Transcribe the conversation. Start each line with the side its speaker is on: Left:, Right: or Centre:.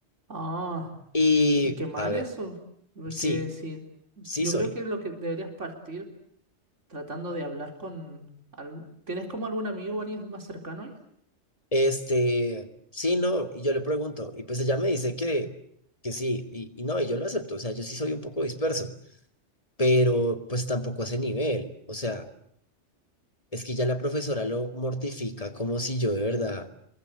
Right: Ah,
Left: Y,
Right: pues qué mal
Left: a ver,
Right: eso, porque
Left: sí,
Right: si
Left: sí
Right: yo
Left: soy.
Right: creo que lo que deberías partir tratando de hablar con... al- ¿Tienes como algún amigo o alguien más cercano ahí?
Left: Este, sí, no, y yo le pregunto, y pues ella me dice que, que sí, y, y no, y yo lo acepto, o sea, yo sí soy un poco disperso, pero pues tampoco a ese nivel, o sea, es que ya la profesora lo mortifica como si yo de verdad,